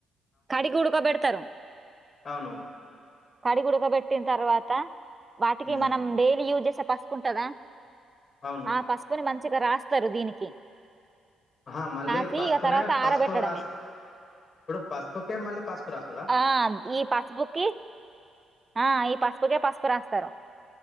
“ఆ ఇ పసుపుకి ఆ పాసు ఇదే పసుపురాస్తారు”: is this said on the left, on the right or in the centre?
Right